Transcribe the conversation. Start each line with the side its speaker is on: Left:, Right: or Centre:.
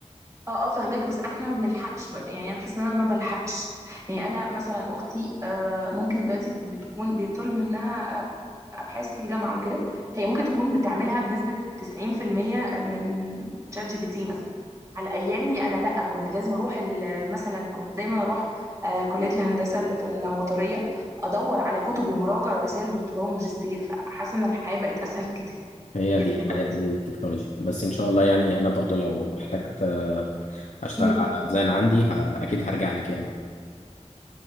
Right: اه اه فهماك بس احنا ما بنلحقش بقى. يعني انا حاسه ان انا ما بلحقش يعني انا مثلا اختي آه ممكن دلوقتي بتكون بيطلب منها آه، ابحاث في الجامعه وكده هي ممكن تكون بتعملها بنسبه 90% من شات جي بي تي مثلا على ايامي انا لا كنت لازم اروح ال- مثلا كنت دايما اروح آه، كليه الهندسه اللي في العماريه ادور على كتب ومراجع ورسائل دكتوراه وماجستير فحاسه ان الحياه بقت اسهل كتير
Left: هي دي
Right: دلوقتي
Left: حياة التكنولوجي بس ان شاء الله يعني انا برضو لو احتجت آه، اشتغل
Right: أمم.
Left: على ديزاين عندي ه- اكيد هرجع لك يعني